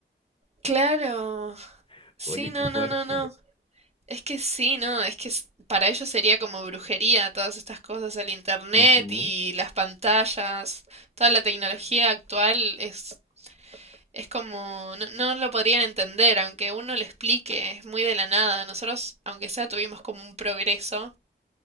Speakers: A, on the right (about 30°); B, on the left (about 25°).
A: Claro,
B: <laughs>
A: Sí,
B: Oye,
A: no,
B: qué fuerte.
A: no, no, no. Es que sí, no, es que s- para ellos sería como brujería todas estas cosas, el internet
B: Ujú.
A: y las pantallas, toda la tecnología actual es, es como, no, no lo podrían entender, aunque uno lo explique, es muy de la nada. Nosotros, aunque sea, tuvimos como un progreso